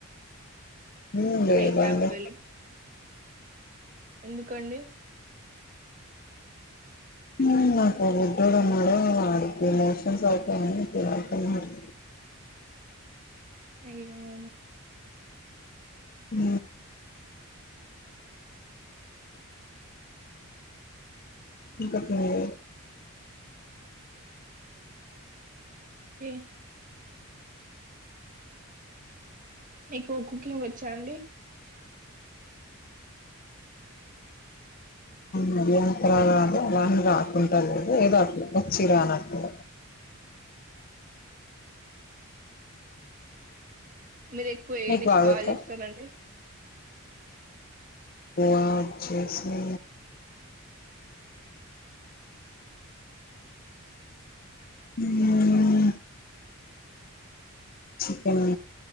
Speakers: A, on the left; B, on the right.
A: మ్మ్ లేదండి
B: ఐస్ యాపిల్ ఎందుకండి
A: ఉ నాకు ఒ బుడ్డోడు ఉన్నాడు వాడికి మోషన్స్ అవుతాయని తినద్దన్నారు
B: అయ్యో
A: ఉ ఇంకా తినలేదు
B: కే మీకు కుకింగ్ వచ్చా అండి
A: మరి అంతరాదు అలాని రాకుంట లేదు ఏదో అట్ల వచ్చి రానట్లు
B: మీరు ఎక్కువ
A: మీకు
B: ఏ డిష్
A: బాగుతా
B: బాగా చేస్తారండి
A: వావ్ చేేసి ఊ చికెన్